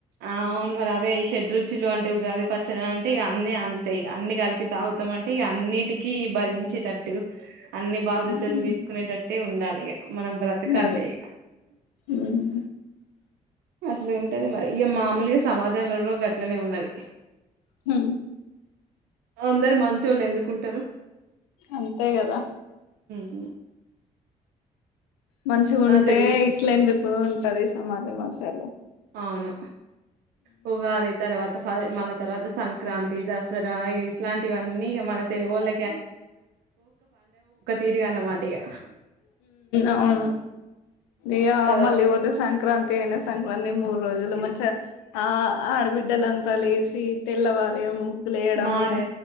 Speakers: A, on the right (about 70°); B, on the left (about 80°).
A: ఆ అవును మరి అదే చెషడ్రుచులు అంటే ఉగాది పచ్చడి అంటే ఇ అన్నిీ అంతేయి అన్ని కలిపి తాగుతాం అంటే ఇక అన్నిటికీ భరించేటట్టు అన్ని బాధ్యతలు
B: ఉమ్
A: తీసుకునేటట్టు అయితే ఉండాలిగా మనం బ్రతకంటే
B: అదే ఉమ్
A: అట్లా ఉంటేది మరి ఇక మామూలుగా సమాజంలో గట్లనే ఉన్నది
B: హ
A: అందరు మంచోళ్ళు ఎందుకుంటారు
B: అంతే కదా
A: అఓ
B: మంచిగా ఉంటే
A: తెలుగు
B: ఇట్ల ఎందుకు ఉంటది సమాజ అదే మాసాల
A: అవును పోగా అది తర్వాత మళ్ళా తర్వాత సంక్రాంతి దసరా ఇ ఇట్లాంటివన్నీ మన తెలుగు వాళ్ళ
B: హ
A: తీరుగా అన్నమాట ఇగ
B: అవును ఇ
A: కదా
B: మళ్ళీవతే సంక్రాంతి అనా సంక్రాంతి మరు రోజులు మంచిగా ఆ ఆడబిడ్డలంతా లేసి తెల్లవారే వేయడము
A: మారే